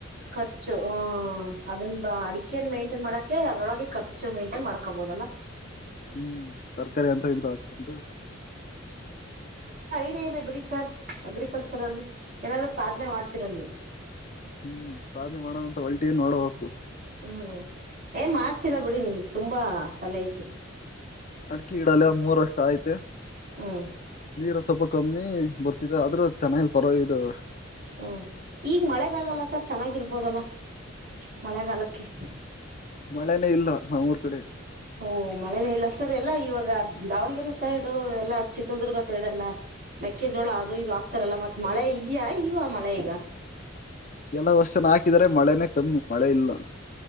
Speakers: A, on the right (about 45°); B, on the left (about 40°).
A: ಖರ್ಚು ಹ್ಮ ಅದನ್ನ ಅಡಿಕೆ ಮೇನ್ ಟೈನ್ ಮಾಡಕೆ ಅದ್ರೊಳಗೆ ಖರ್ಚು ಮೇಂಟೈನ್ ಮಾಡ್ಕೋಬಹುದಲ್ಲಾ
B: ಹ್ಮ್ ತರಕಾರಿ ಎಂತ ಇಂತ
A: ಹಗೆ ಇದೆ ಬಿಡಿ ಸರ್ ಅಗ್ರಿಕಲ್ಚರ್ ಅಲ್ಲಿ ಏನಾದ್ರು ಸಾಧನೆ ಮಾಡ್ತೀರ ನೀವು
B: ಹ್ಮ್ ಸಾಧನೆ ಮಾಡೋದಂತ ಹೊಲ್ಟಿ ನೋಡಬೇಕು
A: ಹ್ಮ್ ಏ ಮಾಡ್ತೀರಾ ಬಿಡಿ ನಿಮ್ಗ್ ತುಂಬಾ ತಲೆ ಐತಿ
B: ಅಡಿಗೆ ಗಿಡಲ್ಲ ಒಂದ್ ಮೂರ್ ವರ್ಷ್ಟ ಆಯ್ತೆ
A: ಹ್ಮ್
B: ನೀ ಸ್ವಲ್ಪ ಕಮ್ಮಿ ಬರ್ತಿದೆ ಆದ್ರೂ ಚೆನ್ನಾಗಿಲ್ ಪರವಾಗಿದಾವೆ
A: ಹ್ಮ್ ಈಗ ಮಳೆಗಾಲಲ್ಲ ಸರ್ ಚೆನ್ನಾಗಿರ್ಬೋದಲ್ಲಾ ಮಳೆಗಾಲಕ್ಕೆ
B: ಮಳೆನೇ ಇಲ್ಲ ನಮ್ಮ್ ಊರ್ ಕಡೆ
A: ಓ ಮಳೆನೇ ಇಲ್ಲ ಸರ್ ಎಲ್ಲಾ ಇವಾಗ ದಾವಣಗೆರೆ ಸೈಡು ಎಲ್ಲಾ ಚಿತ್ರದುರ್ಗ ಸೈಡ್ ಎಲ್ಲಾ ಮೆಕ್ಕೆಜೋಳ ಅದು ಇದು ಆಗ್ತಾರಲ್ಲ ಮತ್ ಮಳೆ ಇದ್ಯಾ ಇಲ್ವಾ ಮಳೆ ಈಗ
B: ಎಲ್ಲ ವರ್ಷನು ಹಾಕಿ ಸಿಕ್ಕಿದ್ರೆ ಮಳೆನೆ ಕಮ್ಮಿ ಮಳೆ ಇಲ್ಲ